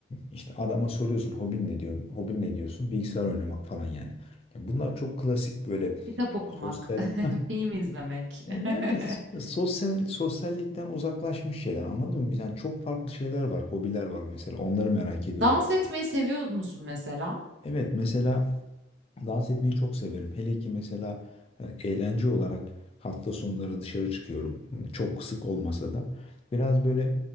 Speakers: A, on the left; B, on the right.
A: İşte adama soruyorsun hobin ne diyor? Hobin ne diyorsun? Bilgisayar oynamak falan yani. Ya bunlar çok klasik böyle
B: Kitap okumak.
A: sosyal <laughs>
B: Film izlemek.
A: Ee,
B: <laughs>
A: sosyal sosyallikten uzaklaşmış şeyler. Anladın mı? Yani çok farklı şeyler var, hobiler var mesela. Onları merak ediyorum.
B: Dans etmeyi seviyor musun mesela?
A: Evet mesela Dans etmeyi çok severim. Hele ki mesela e, eğlence olarak hafta sonları dışarı çıkıyorum. Çok sık olmasa da biraz böyle